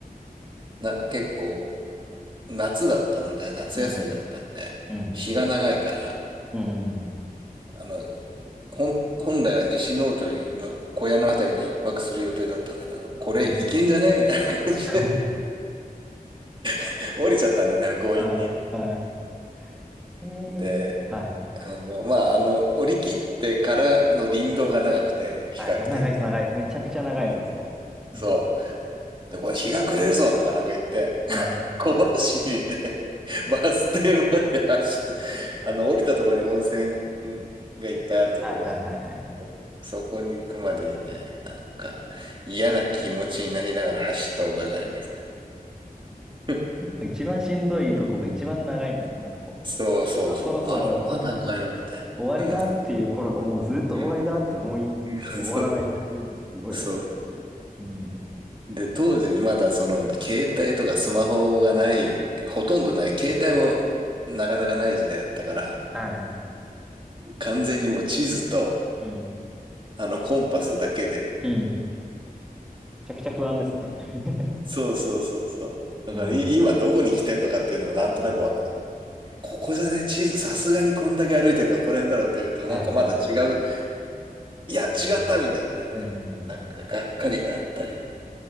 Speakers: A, on the right; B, in the centre.
A: なんか結構夏だったので、夏休みだったんで、
B: うん、うん、
A: 日が長いから、
B: うん、うん、
A: あの、本、本来は西の鳥の小屋のあたりで一泊する予定だったんだけど、これいけんじゃねみたいな感じで
B: うん。うん <laughs>
A: <laughs> 降りちゃったんだよね、強引に。
B: はい、はい。えー、
A: で、
B: はい。
A: あの、まあ、あの、降り切ってからの林道が長くて、比較的。
B: はい。あ長いです、長いです。めちゃくちゃ長いです、
A: うん。
B: あそこ。うん。
A: そう。で、これ日が暮れるぞとかなんか言って、
B: うん。
A: 小走りで <laughs> バス停まで走った。あの、降りたところに温泉うんがいっぱいあるところがあって、
B: はいはいはいはい。
A: そこに行くまでにね、
B: ありますね。
A: なんか嫌な気持ちになりながら走った覚えがあります。<laughs>
B: 一番しんどいとこが一番長いんですよね。なんかこう、
A: そうそうそう。
B: あ、そろそろ
A: あれ、まだかよ、みたいな。
B: 終わりだっていう頃がもうずっと終わりだって思いつつ終わらないっていうのがすごいなるって。
A: うん。うんそう。そう。
B: うん。
A: で、当時まだその携帯とかスマホがない、ほとんどない、携帯もなかなかない時代だったから、
B: はい。
A: 完全にもう地図と
B: うん。
A: あの、コンパスだけで。
B: うん。めちゃくちゃ不安ですね。<laughs>
A: そうそうそうそう。だから、
B: うん。
A: い今どこに来てんのかっていうのもなんとなくわかんない。
B: はいはいは
A: ここじゃね、地図、さすがにこんだけ歩いてるからこれだろうと言うと、
B: い。えーはいはいはいはい。
A: なんかまだ違う、いや、
B: ああ。
A: 違ったみたいなね。
B: うんうんうん。
A: なんかがっかりがあったり。